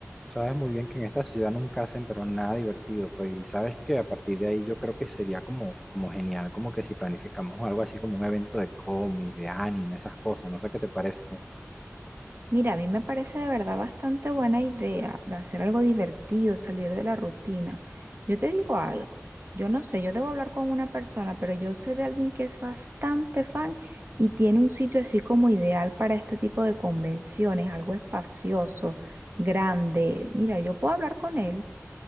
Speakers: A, in the centre; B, on the right.
A: Sabes muy bien que en esta ciudad nunca hacen pero nada divertido, pues, y sabes que a partir de ahí yo creo que sería como, como genial, como que si planificamos algo así como un evento de cómics, de anime, esas cosas, no sé qué te parece, pues.
B: Mira, a mí me parece de verdad bastante buena idea de hacer algo divertido, salir de la rutina. Yo te digo algo, yo no sé, yo debo hablar con una persona, pero yo sé de alguien que es bastante fan y tiene un sitio así como ideal para este tipo de convenciones, algo espacioso, grande. Mira, yo puedo hablar con él.